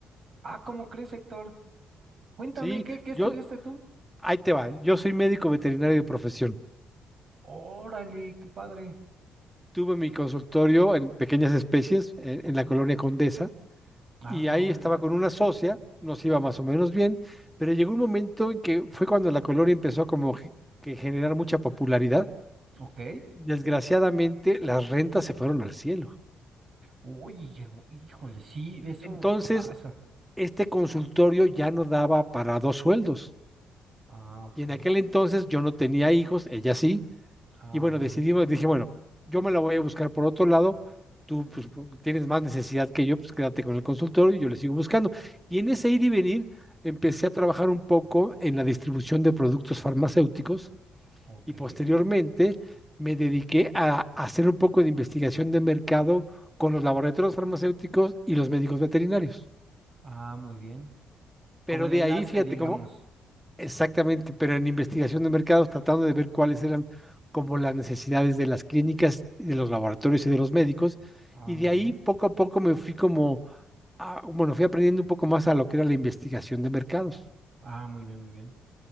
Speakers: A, on the right; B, in the centre.
A: Ah, ¿cómo crees, Héctor? Cuéntame,
B: Sí,
A: ¿qué, qué estudiaste
B: yo,
A: tú?
B: ahí te va. Yo soy médico veterinario de profesión.
A: Órale, qué padre.
B: Tuve mi consultorio en pequeñas especies en,
A: Ok.
B: en la colonia Condesa
A: Ah,
B: y ahí
A: órale,
B: estaba
A: órale.
B: con una socia, nos iba más o menos bien, pero llegó un momento en que fue cuando la colonia empezó como ge- que generar mucha popularidad.
A: Ok.
B: Desgraciadamente, las rentas se fueron al cielo.
A: Oye, híjole, sí, eso
B: Entonces,
A: pasa.
B: este consultorio ya no daba para dos sueldos.
A: Ah, ok.
B: Y en aquel entonces yo no tenía hijos, ella sí,
A: Ah,
B: Y bueno,
A: muy
B: decidimos,
A: bien.
B: dije, bueno, yo me la voy a buscar por otro lado, tú pues, po- tienes más necesidad que yo, pues quédate con el consultorio y yo le sigo buscando. Y en ese ir y venir empecé a trabajar un poco en la distribución de productos farmacéuticos
A: Ok.
B: y posteriormente me dediqué a hacer un poco de investigación de mercado con los laboratorios farmacéuticos y los médicos veterinarios.
A: Ah, muy bien.
B: Pero
A: Como el
B: de
A: enlace,
B: ahí, fíjate
A: digamos.
B: cómo, Exactamente, pero en investigación de mercados, tratando de ver cuáles eran como las necesidades de las clínicas, de los laboratorios y de los médicos.
A: Ah,
B: Y
A: muy
B: de ahí
A: bien.
B: poco a poco me fui como, a- bueno, fui aprendiendo un poco más a lo que era la investigación de mercados.
A: Ah, muy bien, muy bien.